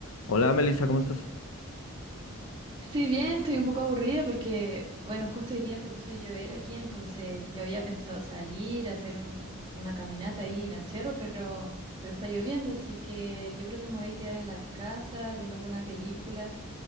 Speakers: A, on the left (about 70°); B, on the right (about 20°).
A: Hola Melissa, ¿cómo estás?
B: Estoy bien, estoy un poco aburrida porque, bueno, justo hoy día se puso a llover aquí, entonces yo había pensado salir a hacer un- una caminata ahí en el cerro, pero, pero está lloviendo, así que yo creo que me voy a quedar en la casa viendo alguna película.